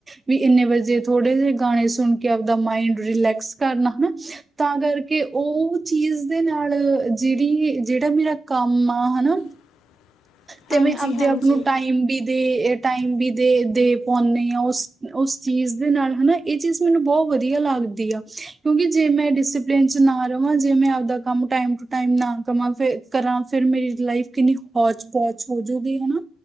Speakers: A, on the right (about 20°); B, on the left (about 75°).
A: ਵੀ ਇੰਨੇ ਵਜੇ, ਥੋੜੇ ਜਿਹੇ ਗਾਣੇ ਸੁਣ ਕੇ ਆਪਦਾ ਮਾਇੰਡ ਰਿਲੈਕਸ ਕਰਨਾ ਹਨਾ। ਤਾਂ ਕਰਕੇ ਉਹ ਚੀਜ਼ ਦੇ ਨਾਲ, ਜੇੜੀ, ਜੇੜਾ ਮੇਰਾ ਕੰਮ ਆ ਹਨਾ।
B: <inaudible>
A: ਤੇ
B: ਹਾਂਜੀ
A: ਮੈਂ ਆਪਦੇ
B: ਹਾਂਜੀ
A: ਆਪ ਨੂੰ ਟਾਈਮ ਵੀ ਦੇ, ਏ ਟਾਈਮ ਵੀ ਦੇ -ਦੇ ਪਾਉਂਦੀ ਆ, ਉਸ ਚੀਜ਼ ਦੇ ਨਾਲ ਹਨਾ, ਇਹ ਚੀਜ਼ ਮੈਨੂੰ ਬਹੁਤ ਵਧੀਆ ਲੱਗਦੀ ਆ। ਕਿਉਂਕਿ ਜੇ ਮੈਂ ਡਿਸਪਲਿਨ 'ਚ ਨਾ ਰਵਾਂ, ਜੇ ਮੈਂ ਆਪਦਾ ਕੰਮ ਟਾਈਮ ਟੂ ਟਾਈਮ ਨਾ ਕਮਾਂ, ਫਿਰ ਕਰਾਂ ਫੇਰ ਮੇਰੀ ਲਾਈਫ ਕਿੰਨੀ ਹੋਚੋਚ-ਪਹੋਚ ਹੋਜੂਗੀ ਹਨਾ।